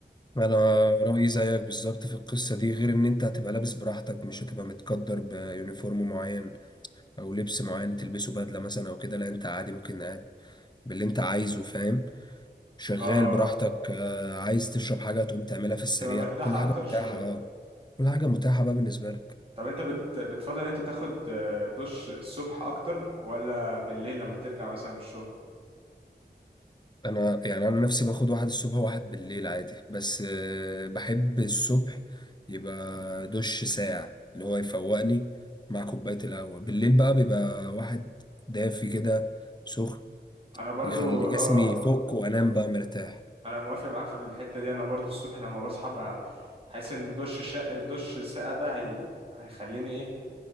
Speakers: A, on the left (about 25°); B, on the right (about 30°).
A: انا رأيي زيك بالظبط في القصة دي غير ان انت هتبقى لابس براحتك مش هتبقى متقدر بيونيفورم معين او لبس معين تلبسه بدلة مثلا او كده لا انت عادي ممكن قاعد باللي انت عايزه فاهم شغال
B: آه
A: براحتك آه، عايز تشرب حاجة تقوم تعملها في السريع
B: تبقى مرتاح
A: كل
B: أكتر
A: حاجة متاحة
B: شوية
A: اه كل حاجة متاحة بقى بالنسبة لك
B: طب أنت بت... بتفضل إن أنت تاخد آه، دش الصبح أكتر ولا بالليل لما ترجع مثلا من الشغل؟
A: أنا يعني أنا نفسي باخد واحد الصبح وواحد بالليل عادي بس آه، بحب الصبح يبقى دش ساقع اللي هو يفوقني مع كوباية القهوة بالليل بقى بيبقى واحد دافي كده سخن
B: انا برضو
A: يخلي
B: اه
A: جسمي يفك وأنام بقى مرتاح
B: انا موافق معاك في الحته دي انا برضو الصبح لما بصحى بقى حاسس ان دش الشق دش الساقع ده هي... هيخليني ايه